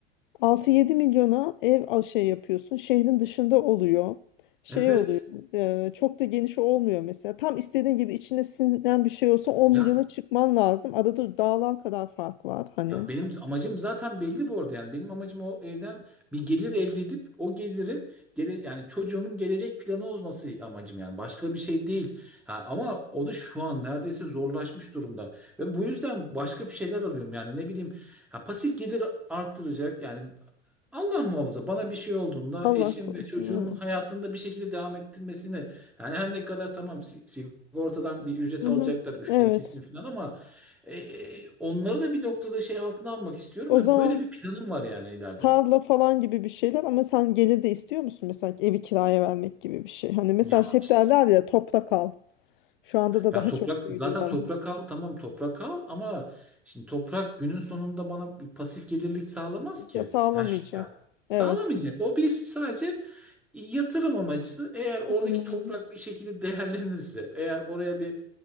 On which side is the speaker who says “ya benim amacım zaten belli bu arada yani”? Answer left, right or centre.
Centre